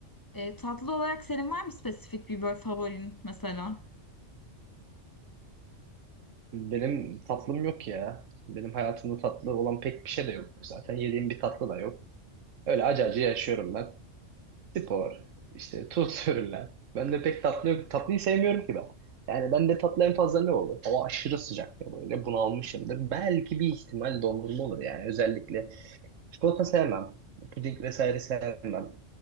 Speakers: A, on the left (about 20°); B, on the right (about 80°).
A: E, tatlı olarak senin var mı spesifik bir böyle favorin mesela?
B: Benim tatlım yok ya. Benim hayatımda tatlı olan pek bir şey de yok zaten. Yediğim bir tatlı da yok. Öyle acı acı yaşıyorum ben. Spor, işte tuz <laughs> ürünler. Ben de pek tatlı yok. Tatlıyı sevmiyorum ki ben. Yani ben de tatlı en fazla ne olur? Hava aşırı sıcaktır böyle. Bunalmışımdır. Belki bir ihtimal dondurma olur yani. Özellikle çikolata sevmem. Puding vesaire sevmem.